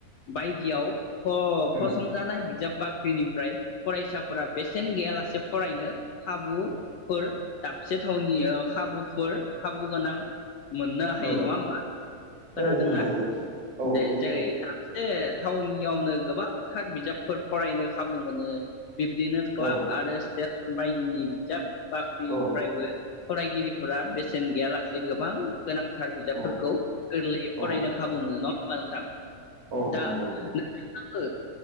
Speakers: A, on the left; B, on the right.
A: बायदियाव। अ
B: उम
A: फसंजानायबि। बिजाब बाख्रिनिफ्राय फरायसाफोरा बेसेन गैयालासे फरायनो खाबुफोर दाबसे थावनि ओ खाबुफोर खाबु गोनां मोननो हायो
B: औ
A: नङा होमबा। खोनादोंना
B: औ नंगौ औ
A: दे
B: सैथो
A: जेरै दाबसे थावनि। औ नो गोबां। गोबांथार बिजाबफोर फरायनो खाबु मोनो बिब्दिनो क्लाब
B: औ
A: आरो स्टेसन बायदिनि बिजाब बाख्रिफ्रायबो
B: औ
A: फरायगिरिफोरा बेसेन गैयालासे गोबां गोनांथार बिजाबफोरखौ
B: औ
A: गोरलैयै
B: औ
A: फरायनो खाबु मोनो नङा होमबा नोंथां
B: औ
A: दा
B: नंगौ
A: नों। <unintelligible> खो